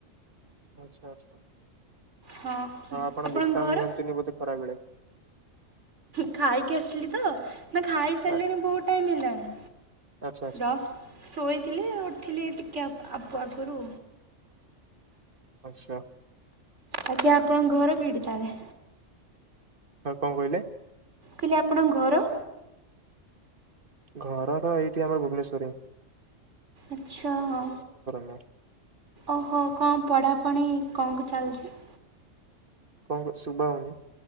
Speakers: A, on the right (about 45°); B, on the right (about 70°).
A: ଆଛା ଆଚ୍ଛା ଆଉ
B: ହଁ
A: ଆପଣ
B: ଆପଣଙ୍କ
A: ବିଶ୍ରାମ
B: ଘର?
A: ନିଅନ୍ତିନି ବୋଧେ ଖରାବେଳେ?
B: ଖାଇକି ଆସିଲି ତ, ନା ଖାଇ ସାରିଲିଣି
A: ଆ
B: ବହୁତ ଟାଇମ ହେଲାଣି।
A: ଆଚ୍ଛା ଆଚ୍ଛା।
B: ଜଷ୍ଟ୍ ଶୋଇଥିଲି, ଉଠିଲି ଟିକେ ଆପ ଆଗରୁ
A: ଆଚ୍ଛା।
B: ଆଞା ଆପଣଙ୍କ ଘର କିଡି ତାହେଲେ?
A: ହଁ କଣ କହିଲେ?
B: କହିଲି ଆପଣଙ୍କ ଘର?
A: ଘର ତ ଏଇଠି ଆମର ଭୁବନେଶ୍ୱରରେ।
B: ଆଛା ହ
A: ନୁହଁ।
B: ଓହୋ କଣ ପଢାପଢି କଣ? ଚାଲିଛି।
A: କଣ କହୁଚ ସୁଭା ଯାଉନି।